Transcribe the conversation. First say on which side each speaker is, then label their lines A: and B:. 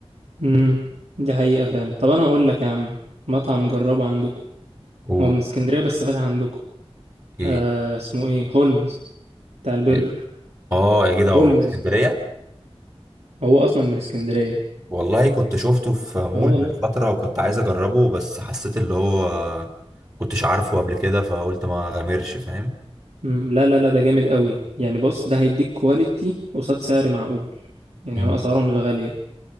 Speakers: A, on the right; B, on the right.
A: امم دي حقيقه فعلا طب انا اقول لك يا عم مطعم جربه عندكوا
B: قول
A: هو من اسكندريه بس فاتح عندكوا
B: ايه
A: آه اسمه ايه هولمز بتاع البرجر
B: إيه؟ اه يا جدع هو
A: هولمز
B: اسكندريه
A: هو اصلا من اسكندريه
B: والله كنت شفته في مول
A: اه والله
B: من فترة وكنت عايز أجربه بس حسيت اللي هو كنتش عارفه قبل كده فقلت ما غامرش فاهم
A: مم، لا لا لا ده جامد قوي يعني بص ده هيديك كواليتي قصاد سعر معقول يعني
B: امم
A: هو اسعاره مش غالية